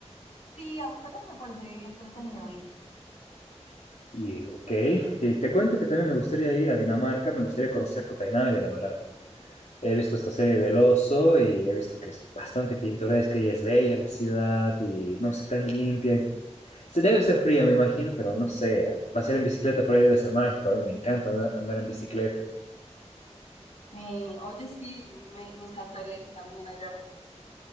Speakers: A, on the left; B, on the left.
A: Sí, Ámsterdam me parece entretenido ir.
B: Y, ok. Y te cuento que también me gustaría ir a Dinamarca. Me gustaría conocer Copenhague, la verdad. He visto esta serie del oso y he visto que es bastante pintoresca y es bella la ciudad y no sé, tan limpia. Se debe ser fría, me imagino, pero no sé. Pasar en bicicleta por ahí debe ser mágico. A mí me encanta andar andar en bicicleta.
A: Eh, oye, sí, me, me encantaría ir también allá.